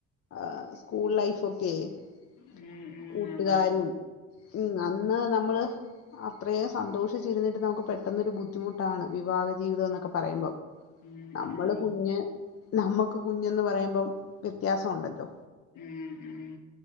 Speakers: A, on the left; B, on the left.
A: ആ സ്കൂൾ ലൈഫ് ഒക്ക െ
B: ഉം ഉം
A: കൂട്ടുകാരും
B: അതാണ്
A: ഉം അന്ന് നമ്മള് അത്രയും സന്തോഷിച്ചിരുന്നിട്ട് നമുക്ക് പെട്ടെന്നൊ ഒരു ബുദ്ധിമുട്ടാണ് വിവാഹ ജീവിതം എന്നൊക്കെ പറയുമ്പോം
B: ഉം
A: നമ്മള്
B: ഉം
A: കുഞ്ഞ്.... നമ്മുക്ക് കുഞ്ഞന്ന് പറയുമ്പം വ്യത്യാസഉണ്ടല്ലോ
B: ഉം ഉം